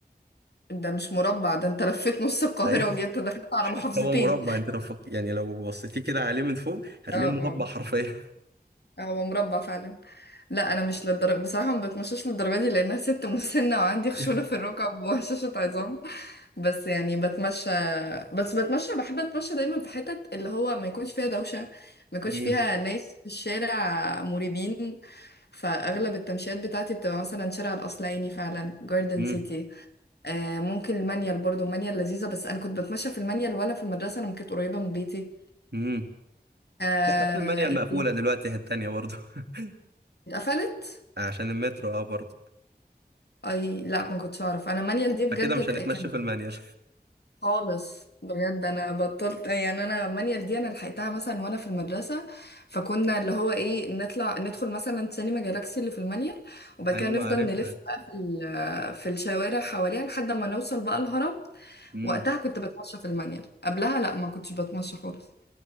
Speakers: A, on the left; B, on the right.
A: ده مش مربع ده انت لفيت نص القاهرة
B: أيوة. <laughs>
A: وجيت دخلت على محافظتين
B: هو مربع انت لو فك... يعني لو بصيتيه كده عليه من فوق هتلاقيه
A: اه
B: مربع
A: اه
B: حرفيا
A: هو مربع فعلا لا انا مش للدرجه بصراحه ما بتمشاش للدرجه دي لانها ست مسنه وعندي خشونه
B: <laughs>
A: في الركب وهشاشه عظام بس يعني بتمشى بس بتمشى بحب اتمشى دايما في حتت اللي هو ما يكونش فيها دوشه ما يكونش
B: امم
A: فيها ناس في الشارع مريبين فاغلب التمشيات بتاعتي بتبقى مثلا شارع الاصلعيني فعلا جاردن
B: امم
A: سيتي آه ممكن المانيال برضو المانيال لذيذه بس انا كنت بتمشى في المانيال وانا في المدرسه لما كانت قريبه من بيتي
B: امم
A: آه
B: حتى المانيال
A: إيه
B: مقفولة
A: تاني؟
B: دلوقتي هي التانية برضه <laughs>
A: اتقفلت
B: عشان المترو اه برضه
A: اي لا ما كنتش اعرف انا مانيال دي بجد
B: فكده مش
A: ك-
B: هنتمشى
A: كان
B: في المانيال
A: خالص بجد انا بطلت يعني انا مانيال دي انا لحقتها مثلا وانا في المدرسه فكنا اللي هو ايه نطلع ندخل مثلا سينما جالاكسي اللي في المانيال وبعد
B: <laughs> ايوه
A: كده نفضل
B: عارفها
A: نلف بقى في ال- في الشوارع حواليها لحد ما نوصل بقى الهرم
B: مم.
A: وقتها كنت بتمشى في المانيال قبلها لا ما كنتش بتمشى خالص